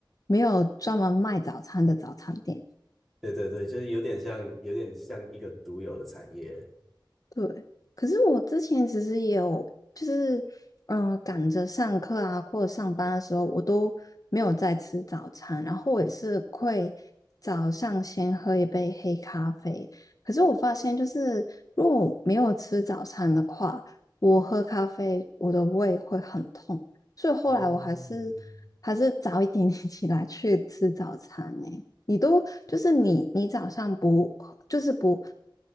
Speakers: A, on the left; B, in the centre.
A: 没有专门卖早餐的早餐店。
B: 对对对，就是有点像有点像一个独有的产业。
A: 对，可是我之前其实也有，就是嗯、呃赶着上课啊或者上班的时候，我都没有在吃早餐，然后我也是会早上先喝一杯黑咖啡。可是我发现，就是如果我没有吃早餐的话，我喝咖啡我的胃会很痛，所以后来我还是还是早一点点起来去吃早餐呢、
B: 哦，
A: 你都就是你，你早上不就是不